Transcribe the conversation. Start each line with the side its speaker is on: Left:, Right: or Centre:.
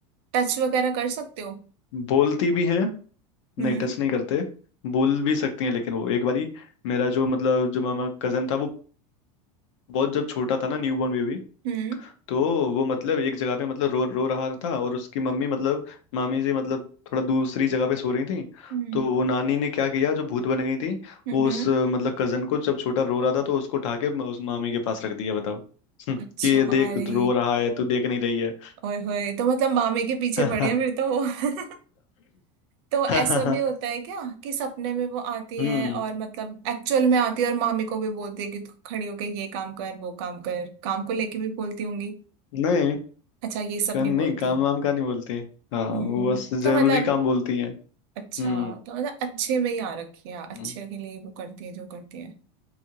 Right: टच वगैरह कर सकते हो
Left: बोलती भी हैं
Right: हम्म
Left: नहीं टच नहीं करते बोल भी सकती हैं लेकिन वो एक बारी मेरा जो मतलब जो मामा कजन था वो बहुत जब छोटा था ना न्यू बॉर्न बेबी
Right: हम्म
Left: तो वो मतलब एक जगह पे मतलब रो रो रहा था और उसकी मम्मी मतलब मामी जी मतलब थोड़ा दूसरी जगह पे सो रही थी
Right: हम्म
Left: तो वो नानी ने क्या किया जो भूत बन गई थी
Right: हम्म
Left: वो उस मतलब कजन को जब छोटा रो रहा था तो उसको उठा के म- उस मामी के पास रख दिया बताओ <laughs> कि
Right: अच्छा
Left: ये देख
Right: अरे
Left: रो रहा है तू देख नहीं रही है
Right: ओए होए तो मतलब मामे के पीछे
Left: <laughs>
Right: पड़ी है फिर तो वो <laughs> तो ऐसा
Left: हम्म
Right: भी होता है क्या कि सपने में वो आती
Left: हम्म
Right: है और मतलब एक्चुअल में आती है और मामी को भी बोलती है कि तू खड़ी होके ये काम कर वो काम कर काम को लेके भी बोलती होंगी
Left: नहीं
Right: अच्छा ये सब
Left: का,
Right: नहीं
Left: नहीं
Right: बोलती
Left: काम वाम का नहीं बोलती हाँ
Right: हम्म
Left: वो बस
Right: तो
Left: जरूरी
Right: मतलब
Left: काम बोलती हैं
Right: अच्छा
Left: हम्म
Right: तो मतलब अच्छे में ही आ रखी है अच्छे
Left: हम्म,
Right: के लिए वो करती है जो करती है